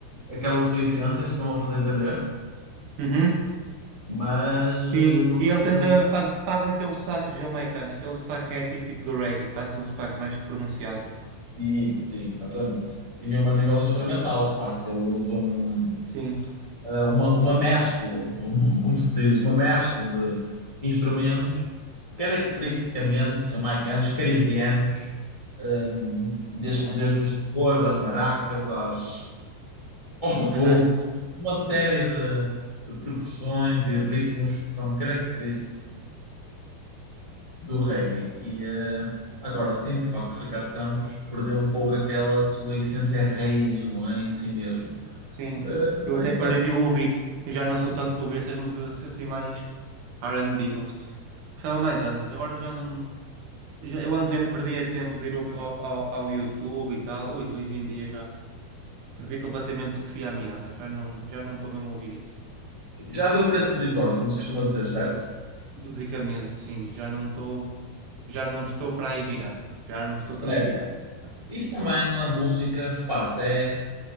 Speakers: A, on the left; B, on the right.
A: aquela sua essência, estão a fazer entender,
B: Uhum,
A: mas
B: Sim.
A: eh, no,
B: E ele tenta,
A: no
B: faz, faz aquele sotaque jamaicano, aquele sotaque que é típico do reggae, faz um sotaque mais pronunciado.
A: sim, sim, exatamente. E mesmo a nível instrumental, repare-se, ele usa um,
B: Sim.
A: eh, uma, uma mescla, um- <laughs> como se diz, uma mescla de instrumentos caracteristicamente jamaicanos, caribianos, hum, desde,
B: Aham.
A: desde os tambores, às baracas, às, aos batucos,
B: Aham.
A: uma série de, de percussões e ritmos que são característicos do reggae. E eh, agora sim, de facto, Ricardo Campos perdeu um pouco aquela sua essência raiz, não é? Em si mesmo.
B: Sim.
A: Eh, não
B: Eu até
A: sei se
B: parei
A: também.
B: de ouvir. Eu já não sou tanto de ouvir essas músicas assim assim mais R&B, gosto. Gostava mais antes, agora já não. Já, eu antes ainda perdia tempo de ir ouvir ao, ao, ao YouTube e tal. Ui, hoje em dia já perdi completamente o fio à meada. Já não, já não estou mesmo a ouvir isso.
A: Já deu preço peditório, como se costuma dizer, certo?
B: Musicamente, sim, já não estou. Já não estou para aí virado. Já não estou
A: Certo.
B: para aí virado, basicamente.
A: Isso também na música, repare-se, é